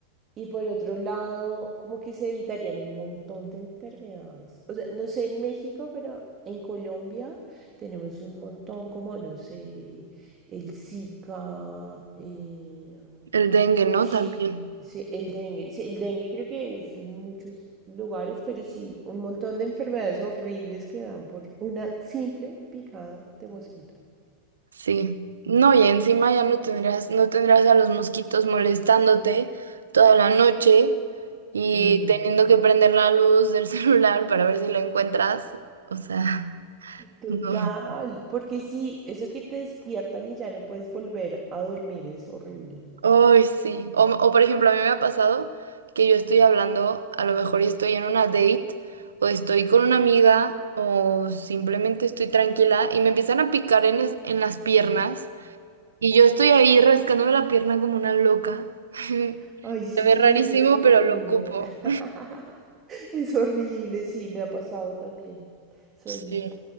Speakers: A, on the right; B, on the right.
A: Y por otro lado, como que se evitarían un montón de enfermedades. O sea, no sé en México, pero en Colombia tenemos un montón, como, no sé, el Zika, eh,
B: El dengue, ¿no?
A: Sí,
B: También.
A: sí, el dengue. Sí, el dengue creo que es en muchos lugares, pero sí, un montón de enfermedades horribles que dan por una simple picada de mosquito.
B: Sí. No, y encima ya no tendrás, no tendrás a los mosquitos molestándote toda la noche y
A: Ujú.
B: teniendo que prender la luz del <laughs> celular para ver si la encuentras. O sea, <laughs>
A: Total,
B: no.
A: porque sí, eso que te despiertan y ya no puedes volver a dormir es horrible.
B: Ay, sí. O, o, por ejemplo, a mí me ha pasado que yo estoy hablando, a lo mejor estoy en una date o estoy con una amiga o simplemente estoy tranquila y me empiezan a picar en, las- en las piernas y yo estoy ahí rascándome la pierna como una loca. <laughs>
A: Ay, sí,
B: Se ve rarísimo,
A: es horrible.
B: pero lo ocupo.
A: <laughs> Es horrible, sí, me ha pasado también. Son
B: Sí.